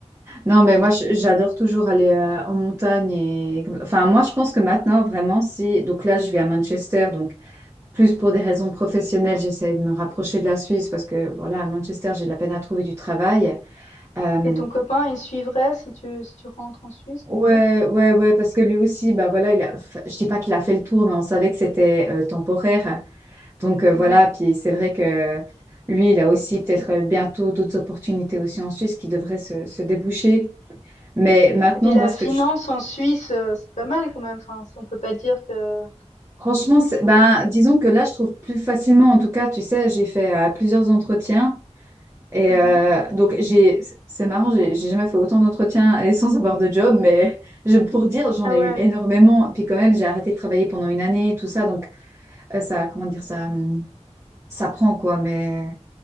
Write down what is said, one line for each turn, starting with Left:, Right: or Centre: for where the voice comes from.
Right: Non, mais moi, je- j'adore toujours aller euh, en montagne. Et... Enfin, moi, je pense que maintenant, vraiment, si. Donc là, je vis à Manchester, donc plus pour des raisons professionnelles, j'essaie de me rapprocher de la Suisse parce que, voilà, à Manchester, j'ai de la peine à trouver du travail. Euh,
Left: Et ton copain, il suivrait si tu, si tu rentres en Suisse,
Right: Ouais,
Left: du coup?
Right: ouais, ouais, parce que lui aussi, bah voilà, il a, enfin, je dis pas qu'il a fait le tour, mais on savait que c'était euh, temporaire. Donc euh,
Left: Mhm.
Right: voilà, puis c'est vrai que lui, il a aussi peut-être
Left: Puis-
Right: euh, bientôt d'autres opportunités aussi en Suisse qui devraient se, se déboucher. Mais maintenant,
Left: et puis la
Right: moi, ce
Left: finance
Right: que je,
Left: en Suisse, euh, c'est pas mal quand même. Enfin, on peut pas dire que...
Right: franchement, c'est-
Left: on
Right: ben,
Left: peut-
Right: disons que là, je trouve plus facilement, en tout cas, tu sais, j'ai fait euh, plusieurs entretiens et
Left: Mhm.
Right: euh, donc j'ai, c'est marrant, j'ai j'ai jamais fait autant d'entretiens et sans avoir de job, mais <laughs> je, pour dire, j'en
Left: Ah
Right: ai
Left: ouais.
Right: eu énormément. Puis quand même, j'ai arrêté de travailler pendant une année, tout ça, donc. euh, ça, comment dire, ça, hum, ça prend quoi, mais,